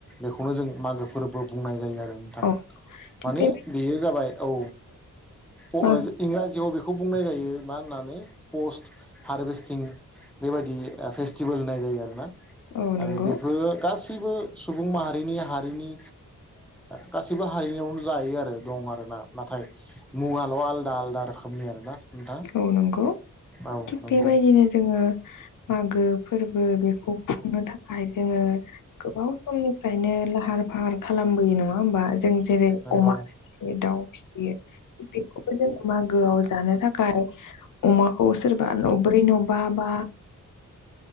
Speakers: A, in the centre; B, on the left (about 75°).
A: बेखौनो जों मागो फोरबो बुंनाय जायो आरो
B: औ
A: माने
B: थिग बे
A: बेयो जाबाय औ इंराजियाव
B: मागो
A: बेखौ बुंनाय जायो मा होननानै पस्ट हारभेस्टिं बेबायाददि फेस्टिभेल होननाय जायो आरोना
B: औ नंगौ
A: आरो बेफोरो गासैबो सुबुं माहारिनि हारिनि ग गाससिबो हारिनियावनो जायो आरो दं आर ना नाथाय मुवाल' आलदा आलदा रोखोमनि आर ना नोंथां
B: औ नंगौ
A: औ
B: थिग
A: नंगौ
B: बेबायदिनो जोङो मागो फोरबो बेखौ खुंनो थाखाय जोङो गोबाव समनिफ्रायनो लाहार फाहार खालामबोयो नङा होमबा जों जेरै
A: नंगौ
B: अमा फियो दाउ फिसियो थि बेखौबो जोङो मागोआव जानो थाखाय गारो अमाखौ सोरबा नब्रै नबा बा